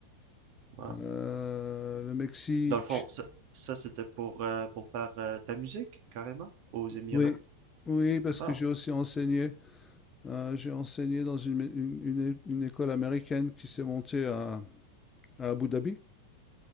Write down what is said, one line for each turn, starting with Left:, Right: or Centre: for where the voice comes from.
Right: wow.
Left: euh, le Mexique.
Right: Dans le fond, ça, ça, c'était pour, euh, pour faire euh, de la musique, carrément, aux Émirats.
Left: Oui, oui, parce
Right: Wow.
Left: que j'ai aussi enseigné. Euh, j'ai enseigné dans une, une- une é- une école américaine qui s'est montée à, à Abu Dhabi.